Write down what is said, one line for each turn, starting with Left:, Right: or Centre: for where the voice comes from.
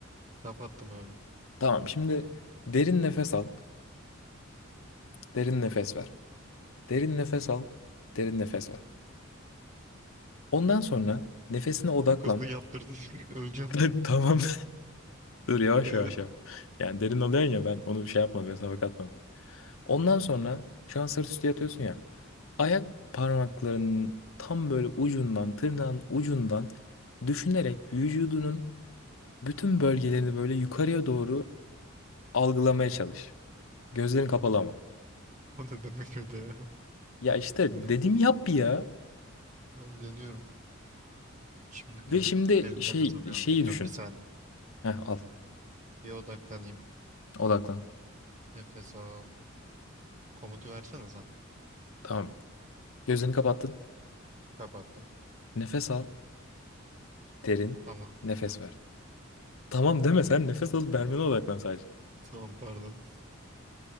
Right: Kapattım abi.
Left: Tamam şimdi derin nefes al. Derin nefes ver. Derin nefes al. Derin nefes ver. Ondan sonra nefesine odaklan.
Right: Çok hızlı yaptırdın. <laughs> Öleceğim.
Left: <laughs> Tamam. Dur yavaş
Right: Evet.
Left: yavaş yap. Yani derin alıyorsun ya ben onu şey yapmadım hesaba katmadım. Ondan sonra şu an sırt üstü yatıyorsun ya. Ayak parmaklarının tam böyle ucundan, tırnağın ucundan düşünerek vücudunun bütün bölgelerini böyle yukarıya doğru algılamaya çalış. Gözlerin kapalı ama.
Right: O ne demek öyle ya?
Left: Ya işte
Right: Neyse.
Left: dedim yap ya.
Right: Tamam deniyorum. Şimdi
Left: Ve şimdi
Right: derin
Left: şey
Right: nefes alıyorum
Left: şeyi
Right: tekrar.
Left: düşün.
Right: Bir saniye.
Left: Heh, al.
Right: Bir odaklanayım.
Left: Odaklan.
Right: Nefes al. Komutu versene sen.
Left: Tamam. Gözlerini kapattın.
Right: Kapattım.
Left: Nefes al. Derin.
Right: Tamam.
Left: Nefes ver. Tamam deme sen nefes alıp vermene odaklan sadece.
Right: Tamam pardon.